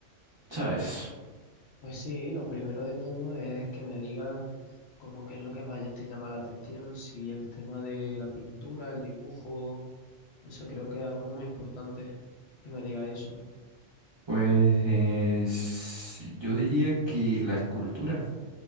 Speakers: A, on the right; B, on the left.
A: ¿sabes?
B: Pues sí, lo primero de todo es que me digas como qué es lo que más te llama la atención, si el tema de la pintura, el dibujo, o sea, creo que es algo muy importante que me diga eso.
A: Pues yo diría que la escultura,